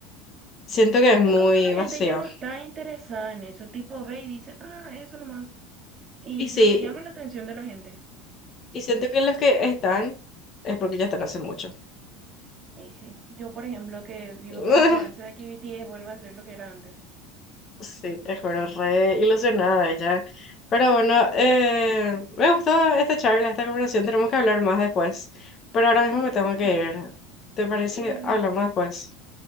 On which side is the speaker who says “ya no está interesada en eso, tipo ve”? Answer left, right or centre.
Right